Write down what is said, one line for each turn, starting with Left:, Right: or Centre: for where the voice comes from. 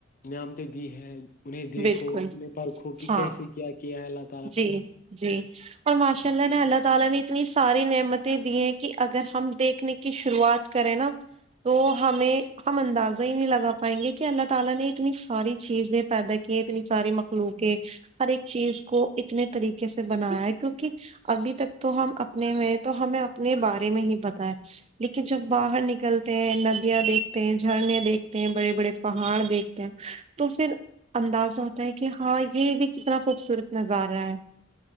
Left: نعمتیں دی ہیں انہیں دیکھو
Right: بالکل
Left: انہیں پرکھو کہ
Right: ہاں
Left: کیسے کیا کیا حالت
Right: جی جی اور ماشاء اللہ نے اللہ تعالی نے اتنی ساری نعمتیں دی ہیں کہ اگر ہم دیکھنے کی شروعات کرے نا تو ہمیں ہم اندازہ ہی نہیں لگا پائیں گے کہ اللہ تعالی نے اتنی ساری چیزیں پیدا کیے اتنی ساری مخلوق ہر ایک چیز کو اتنے طریقے سے بنایا ہے کیونکہ ابھی تک تو ہم اپنے میں تو ہمیں اپنے بارے میں ہی پتا ہے لیکن جب باہر نکلتے ہیں ندیاں دیکھتے ہیں جھرنے دیکھتے ہیں بڑے بڑے پہاڑ دیکھتے ہیں تو پھر اندازہ ہوتا ہے کہ ہاں یہ بھی کتنا خوبصورت نظارہ ہے